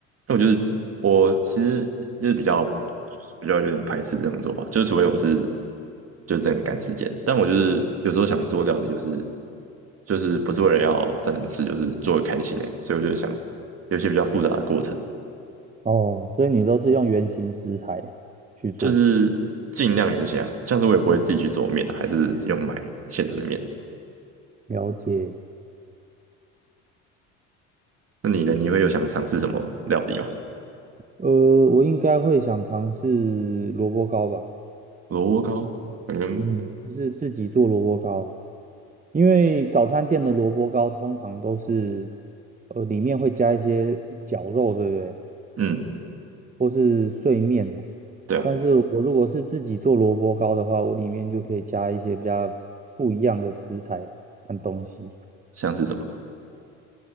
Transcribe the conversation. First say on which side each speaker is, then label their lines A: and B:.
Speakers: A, on the right (about 40°); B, on the right (about 20°).
A: 那我就是我其实就是比较比较有点排斥这种做法，就是除非我是就是真的赶时间，但我就是有时候想做料理，就是就是不是为了要真的吃，就是做的开心的，所以我就是想有一些比较复杂的过程，
B: 哦，所以你都是用原型食材去做，
A: 就是尽量原形啊，像是我也不会自己去做面啊，还是用买现成的面。
B: 了解。
A: 那你呢？你会有想尝试什么料理吗？
B: 呃，我应该会想尝试萝卜糕吧，
A: 萝卜糕，嗯
B: 嗯，就是自己做萝卜糕，因为早餐店的萝卜糕通常都是，呃，里面会加一些绞肉，对不对？
A: 嗯，
B: 或是碎面呢、
A: 对啊，
B: 但是我如果是自己做萝卜糕的话，我里面就可以加一些比较不一样的食材跟东西。
A: 像是什么？